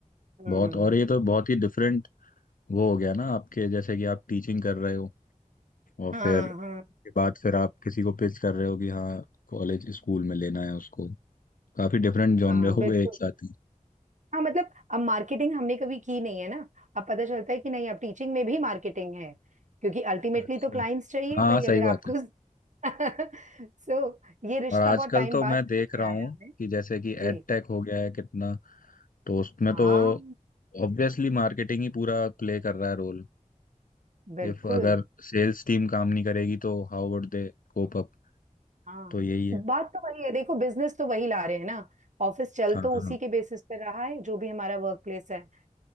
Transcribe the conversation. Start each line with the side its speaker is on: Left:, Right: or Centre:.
Right: हम्म
Left: बहुत और ये तो बहुत ही डिफरेंट वो हो गया ना आपके जैसे कि आप टीचिंग कर रहे हो और
Right: हाँ
Left: फिर उसके
Right: हाँ
Left: बाद फिर आप किसी को पिच कर रहे हो कि हाँ कॉलेज स्कूल में लेना है उसको काफी डिफरेंट जॉनर
Right: हाँ बिल्कुल
Left: हो गए एक साथ ही
Right: हाँ मतलब अब मार्केटिंग हमने कभी की नहीं है ना अब पता चलता है कि नहीं अब टीचिंग में भी मार्केटिंग है क्योंकि अल्टीमेटली
Left: अच्छा
Right: तो क्लाइंट्स चाहिए
Left: हाँ
Right: भाई अगर
Left: सही बात
Right: आपको
Left: है
Right: <laughs> सो ये रिश्ता
Left: और आजकल
Right: बहुत टाइम
Left: तो
Right: बाद
Left: मैं
Right: समझ
Left: देख रहा
Right: में आया
Left: हूँ
Right: हमें
Left: कि जैसे कि
Right: जी
Left: एड टेक हो गया है कितना तो उसमें
Right: हाँ
Left: तो ऑब्वियसली मार्केटिंग ही पूरा प्ले कर रहा है रोल
Right: बिल्कुल
Left: इफ अगर सेल्स टीम काम नहीं करेगी तो how would they cope up
Right: हाँ
Left: तो यही है
Right: बात तो वही है देखो बिजनेस तो वही ला रहे हैं ना ऑफिस चल
Left: हाँ
Right: तो
Left: हाँ
Right: उसी
Left: हाँ।
Right: के बेसिस पर रहा है जो भी हमारा वर्क प्लेस है